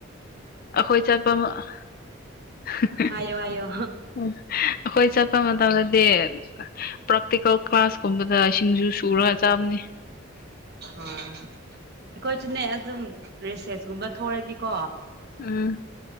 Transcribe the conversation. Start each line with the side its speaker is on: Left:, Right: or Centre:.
Left: ꯑꯩꯈꯣꯏ ꯆꯠꯄ ꯎꯝ ꯑꯩꯈꯣꯏ
Right: ꯍꯥꯏꯌꯣ ꯍꯥꯏꯌꯣ
Left: ꯆꯠꯄ ꯃꯇꯝꯗꯗꯤ ꯄ꯭ꯔꯥꯛꯇꯤꯀꯦꯜ ꯀ꯭ꯂꯥꯁꯀꯨꯝꯕꯗ ꯁꯤꯡꯁꯨ ꯁꯨꯔꯒ ꯆꯥꯕꯅꯤ
Right: ꯑꯣ ꯑꯩꯈꯣꯏꯁꯨꯅꯦ ꯑꯗꯨꯝ ꯔꯤꯁꯦꯁꯀꯨꯝꯕ ꯊꯣꯛꯑꯗꯤꯀꯣ
Left: ꯎꯝ